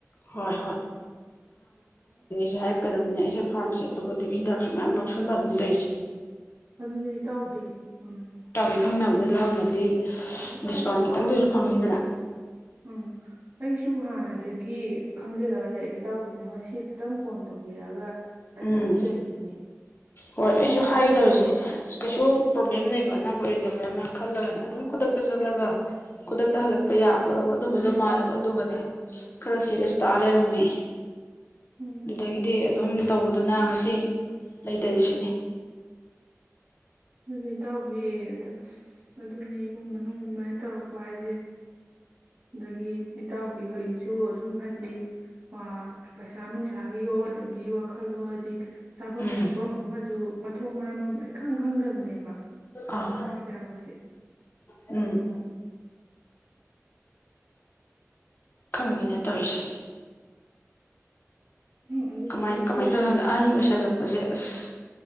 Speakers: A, on the left; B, on the right.
A: ꯍꯣꯏ ꯖꯦ ꯍꯥꯏꯔꯛꯀꯗꯝꯅꯤꯅꯦ ꯑꯩꯁꯦ ꯐꯥꯔꯃꯥꯁꯤ ꯑꯇꯣꯞꯄꯗꯒꯤ ꯍꯤꯗꯥꯛꯁꯨ ꯃꯌꯥꯝ ꯂꯧꯁꯤꯜꯂꯕꯅꯤ ꯇꯧꯔꯤꯖꯦ
B: ꯑꯗꯨꯅꯦ ꯏꯇꯥꯎꯕꯤ ꯎꯝ
A: ꯏꯇꯥꯎꯕꯤ ꯈꯪꯅꯕꯗꯩ ꯂꯩꯔꯝꯃꯗꯤ ꯗꯤꯁꯀꯥꯎꯟ ꯈꯤꯇꯪꯗꯁꯨ ꯐꯪꯅꯤꯗꯅ
B: ꯎꯝ ꯑꯩꯁꯨ ꯍꯥꯟꯅꯗꯒꯤ ꯈꯪꯖꯗꯕ ꯍꯥꯏꯇꯥꯔꯦ ꯏꯇꯥꯎꯕꯤꯅ ꯉꯁꯤ ꯈꯛꯇꯪ ꯐꯣꯟ ꯇꯧꯕꯤꯔꯛꯑꯒ ꯑꯩ
A: ꯎꯝ
B: ꯈꯪꯖꯔꯤꯁꯤꯅꯤ
A: ꯍꯣꯏ ꯑꯩꯖꯨ ꯍꯥꯏꯒꯗꯕꯁꯦ
B: ꯑꯗꯨ ꯑꯣ
A: ꯑꯁ ꯀꯩꯁꯨ ꯄ꯭ꯔꯣꯕ꯭ꯂꯦꯝ ꯂꯩꯕ ꯑꯅꯥꯕ ꯑꯣꯏꯔꯣꯏꯗꯕ꯭ꯔꯅ ꯈꯜꯂꯒꯅꯦ ꯑꯗꯨꯝ ꯈꯨꯗꯛꯇ ꯆꯠꯂꯒ ꯈꯨꯗꯛꯇ ꯍꯜꯂꯛꯄ ꯌꯥꯒꯗꯧꯕ ꯑꯗꯨꯝꯕꯗꯣ ꯃꯥꯜꯂꯨꯕ ꯑꯗꯨꯒꯗꯤ ꯈꯔ ꯁꯦꯔꯤꯌꯁ ꯇꯥ ꯂꯩꯔꯝꯃꯦ
B: ꯎꯝ
A: ꯑꯗꯨꯗꯒꯤꯗꯤ ꯑꯗꯨꯝ ꯇꯧꯕꯗꯨꯅ ꯉꯁꯤ ꯂꯩꯇꯔꯤꯁꯤꯅꯤ
B: ꯑꯗꯨꯗꯤ ꯏꯇꯥꯎꯕꯤ ꯑꯗ ꯑꯁ ꯑꯗꯨꯅꯤ ꯏꯃꯨꯡ ꯃꯅꯨꯡ ꯑꯗꯨꯃꯥꯏꯅ ꯇꯧꯔꯛꯄ ꯍꯥꯏꯖꯦ ꯑꯗꯒꯤ ꯏꯇꯥꯎꯕꯤꯍꯣꯏꯁꯨ ꯑꯗꯨꯝ ꯍꯥꯏꯗꯤ ꯄꯥ ꯄꯩꯁꯥ ꯅꯨꯡꯁꯥꯒꯤꯌꯣ ꯑꯗꯒꯤ ꯋꯥꯈꯜꯍꯣ ꯍꯥꯏꯗꯤ ꯆꯥꯕꯝ
A: ꯎꯝ
B: ꯊꯛꯄꯝ ꯑꯃꯁꯨ ꯃꯊꯣꯡ ꯃꯔꯝ ꯑꯃ ꯏꯈꯪ ꯈꯪꯗꯕꯅꯦꯕ
A: ꯑꯥ
B: ꯑꯅꯥꯕ ꯌꯥꯎꯕꯖꯦ
A: ꯎꯝ ꯈꯪꯗꯦꯅꯦ ꯇꯧꯔꯤꯁꯦ
B: ꯑꯗꯨꯅꯦ
A: ꯀꯃꯥꯏ
B: ꯑꯩꯁꯦ
A: ꯀꯃꯥꯏ ꯇꯧꯏꯅꯣ ꯈꯪꯗꯦ ꯑꯍꯜ ꯑꯣꯏꯁꯜꯂꯛꯄꯖꯦ
B: ꯎꯝ
A: ꯑꯁ